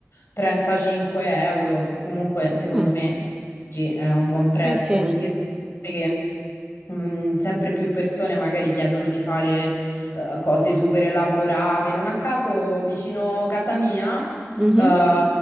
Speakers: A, on the left; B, on the right.
A: 35 euro, che comunque secondo
B: Mm.
A: me... Sì, è un buon prezzo,
B: Sì, sì.
A: Considera che mm, sempre più persone magari chiedono di fare eh, cose super elaborate. Non a caso, vicino casa mia,
B: Mhm.
A: eh,